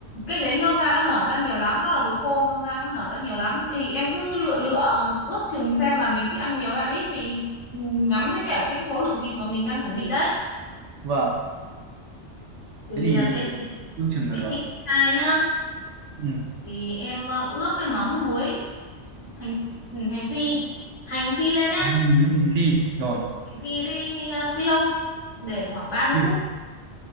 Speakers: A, on the left; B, on the right.
A: cái đấy ngâm ra nó nở ra nhiều lắm nó là đồ khô ngâm ra nó nở ra nhiều lắm thì em cứ lựa lựa ước chừng xem là mình thích ăn nhiều hay ăn ít thì ừ, ngắm với cả cái số lượng thịt mà mình đang chuẩn bị đấy
B: vâng
A: thì
B: thế thì
A: ờ, cái thịt
B: ước chừng
A: cái
B: là được
A: thịt với cái tai nhá
B: ừ.
A: thì em ờ, ướp với mắm muối hành ừ, hành phi hành phi lên nhá
B: còn mong muối hành phi rồi
A: hành phi với ờ, tiêu để khoảng ba mươi
B: tiêu
A: phút